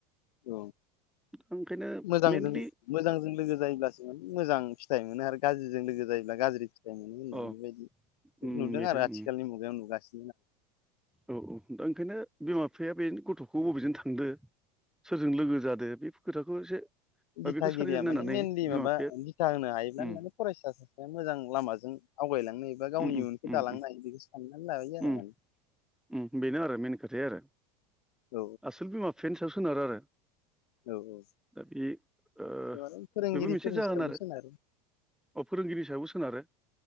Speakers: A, on the left; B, in the centre.
A: औ
B: आं ओंखायनो
A: मोजांजों
B: मेनलि
A: मोजांजों लोगो जायोब्लासो जों मोजां फिथाइ मोनो आरो गाज्रिजों लोगो जायोब्ला गाज्रि फिथाइ मोनो होननानै
B: अ
A: बेबायदि
B: उम
A: नुदों
B: बेनो
A: आरो आथिखालनि
B: उम
A: मुगायाव नुगासि
B: औ औ दा ओंखायनो बिमा बिफाया बे गथ'खौ बबेजों थांदो सोरजों लोगो जादो बेफ खोथाखौ एसे
A: दिथागिरिया
B: बा बेखौ सारिजोन नायनानै
A: माने मेनलि
B: बिमा
A: माबा
B: बिफाया
A: दिथा होनो हायोब्लानो
B: उम
A: माने फरायसा सासेया मोजां लामाजों आवगायलांनो एबा गावनि
B: उम उम
A: इयुनखौ
B: उम
A: दालांनो
B: उम
A: हायो बेखौ साननानै लायो आरो
B: उम
A: माने
B: उम बेनो आरो मेेन खोथाया आरो
A: औ
B: आसोल बिमा बिफानि सायाव सोनारो आरो
A: औ औ
B: दा बे ओ
A: माने फोरोंगिरिफोरनि
B: बेबो मोनसे जाहोन
A: सायावबो
B: आरो
A: सोनारो।
B: अ फोरोंगिरि सायावबो सोनारो